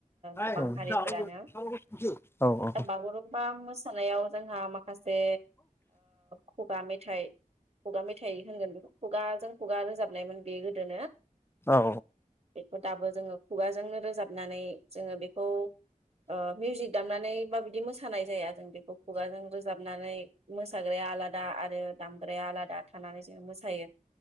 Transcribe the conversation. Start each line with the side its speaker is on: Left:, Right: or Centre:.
Left: औ
Right: गोबां
Left: उम
Right: हारिफोरानो
Left: औ औ ओं ओं
Right: बागुरुम्बा मोसानायाव जोंहा माखासे खुगा मे थाइ खुगा मेथाइ होनगोन बे खुगाजों खुगा रोजाबनाय मोन बे गोदोनो
Left: औ
Right: बेखौ दाबो जोङो खुगाजोंनो रोजाबनानै जोंङो बेखौ ओ मिउजिक दामनानै मा बायदि मोसानाय जाया जों बेखौ खुगाजों रोजाबनानै मोसाग्राया आलादा आरो दामग्राया आलादा थानानै जोङो मोसायो